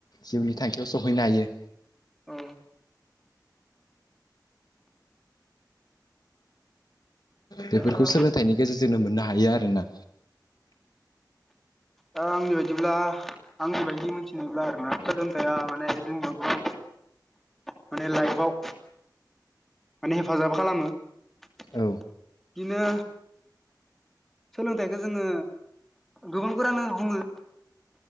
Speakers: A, on the left (about 60°); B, in the centre.
A: जिउनि थांखियाव सहैनो हायो।
B: औ
A: बेफोरखौ
B: दा
A: सोलोंथाइनि गेजेरजोंनो मोननो हायो आरो ना।
B: ओ आंनि बायदिब्ला आंनि बायदि मोनथिनोब्ला आरोना सोलोंथाया माने जोंनियाव गोबां माने लाइफआव माने हेफाजाब खालामो बिदिनो
A: औ
B: सोलोंथाइखौ जोङो गोबांफोरानो बुङो